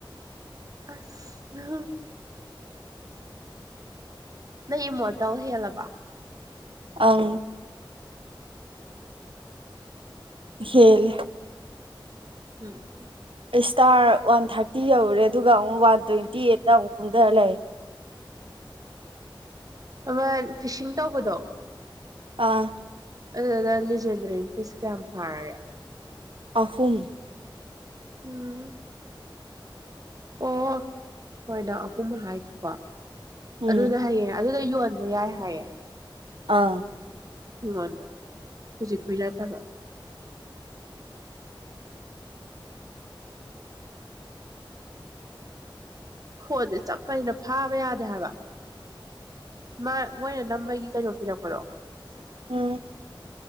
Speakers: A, on the right; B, on the right.
A: ꯑꯍꯥ ꯅꯪ ꯢꯝꯃꯣꯇꯦꯜ ꯍꯦꯜꯂꯕꯣ
B: ꯑꯥꯡ ꯍꯦꯜꯂꯦ
A: ꯎꯝ
B: ꯏꯁꯇꯥꯔ ꯋꯥꯟ ꯊꯥꯔꯇꯤ ꯌꯧꯔꯦ ꯑꯗꯨꯒ ꯑꯃꯨꯛ ꯋꯥꯟ ꯇ꯭ꯋꯦꯟꯇꯤ ꯑꯦꯠꯇ ꯑꯃꯨꯛ ꯀꯨꯝꯗ ꯂꯩꯔꯦ
A: ꯑꯃ ꯐꯤꯁꯤꯡ ꯇꯧꯕꯗꯣ
B: ꯑꯥ
A: ꯑꯗꯨꯗ ꯂꯤꯖꯦꯟꯗ꯭ꯔꯤ ꯐꯤꯁ ꯀꯌꯥꯝ ꯐꯥꯔꯒꯦ
B: ꯑꯍꯨꯝ
A: ꯎꯝ ꯑꯣ ꯍꯣꯏꯗ ꯑꯍꯨꯝ ꯍꯥꯏꯒꯤꯀꯣ
B: ꯎꯝ
A: ꯑꯗꯨꯅ ꯍꯌꯦꯡ ꯑꯗꯨꯗꯣ ꯌꯣꯟ ꯕꯌꯥꯏ ꯍꯥꯏꯌꯦ
B: ꯑꯥ
A: ꯃꯤꯉꯣꯟꯗ ꯍꯨꯖꯤꯛ ꯀꯏꯔ ꯇꯕ ꯐꯣꯟꯗꯦ ꯆꯞꯄꯅꯤꯅ ꯐꯥꯕ ꯌꯥꯗꯦ ꯍꯥꯏꯕ ꯃꯥ ꯃꯣꯏꯅ ꯅꯝꯕꯒꯤ ꯀꯩꯅꯣ ꯄꯤꯔꯛꯄꯗꯣ
B: ꯎꯝ